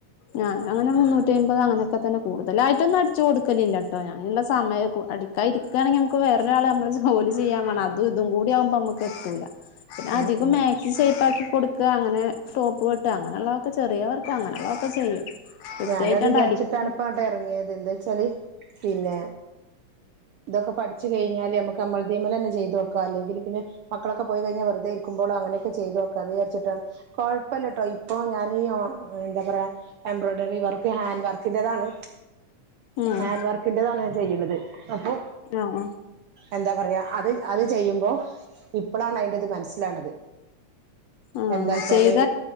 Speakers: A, on the left; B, on the right.
A: ആ ആഹ് അങ്ങനെ മുന്നൂറ്റി അമ്പത് അങ്ങനെ ഇപ്പോ തന്നെ കൂടുതലായിട്ടൊന്നും അടിച്ച് കൊടുക്കില്ല കേട്ടോ ഞാനുള്ള സമയം അടിക്കായിരിക്കുകയാണെങ്കിൽ നമുക്ക് വേറൊരാൾ നമ്മൾ ജോലി ചെയ്യൻ വേണം അതും ഇതും കൂടിയാകുമ്പോൾ നമുക്ക് എത്തൂല്ല പിന്നെ അധികം
B: ഉം ഉം
A: മാക്സി ഷേപ്പാക്കി കൊടുക്കുക അങ്ങനെ ടോപ്പ് വെട്ടുക അങ്ങനെയുള്ള ചെറിയവർക്ക് അങ്ങനെയുള്ളതൊക്കെ ചെയ്യും. കൃത്യായിട്ടാണ്ട്
B: ഞാനത് വിചാരിച്ചിട്ടാണ്
A: അടിക്കും
B: ഇപ്പംട്ട് ഇറങ്ങിയത് എന്താ വച്ചാല് പിന്നെ ഇതൊക്കെ പഠിച്ചു കഴിഞ്ഞാല് നമ്മുക്ക് അമ്മൾതമ്മില് തന്നെ ചെയ്തു വോക്കാം അല്ലെങ്കിൽ പിന്നെ മക്കളൊക്കെ പോയി കഴിഞ്ഞാൽ വെറുതെ ഇരിക്കുമ്പോഴോ അങ്ങനെയൊക്കെ ചെയ്തു വോക്കാ അ വിചാരിച്ചിട്ടാണ് കൊഴപ്പമ കേട്ടോ ഇപ്പൊ ഞാനീ എന്താ പറയാ എംബ്രോയ്ഡിറി റി വർക്ക് ഹാൻഡ് വർക്കിന്റെതാണ്
A: ഉം
B: ഹാൻഡ് വർക്കിന്റെതാണ് ഞാൻ ചെയ്യുന്നത് അപ്പൊ
A: ആഹ്
B: എന്താ പറയാ അത് അത് ചെയ്യുമ്പോ ഇപ്പളാണ് അയിന്റത് മനസിലാക്ണത്.
A: ആഹ്
B: എന്താ വച്ചാല്
A: ചെയ്ത